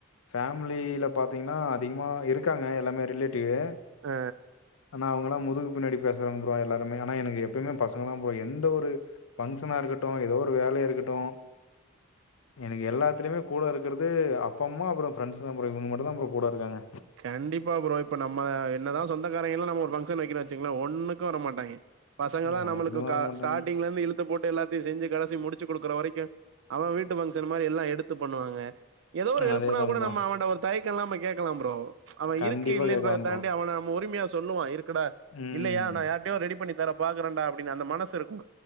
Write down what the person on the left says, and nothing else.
ஃபேமிலில பாத்தீங்கன்னா அதிகமா இருக்காங்க எல்லாமே ரிலேட்டிவ்வு
ஆனா அவங்கல்லா முதுகுக்கு பின்னாடி பேசுறாங்க ப்ரோ எல்லாருமே எனக்கு எப்பயுமே பசங்க தா ப்ரோ எந்த ஒரு பங்க்ஷனா இருக்கட்டும் ஏதோ ஒரு வேலையா இருக்கட்டும் எனக்கு எல்லாத்துலயுமே கூட இருக்கற அப்ப அம்மா அப்புறம் ஃப்ரண்ட்ஸ் தா ப்ரோ இவங்க மட்டும்தா ப்ரோ கூட இருக்குறாங்க
ஒன்னுத்துக்குமே
வர மாட்டானுங்க
அதேதா
ப்ரோ
கண்டிப்பா
கேக்கலா ப்ரோ
ம்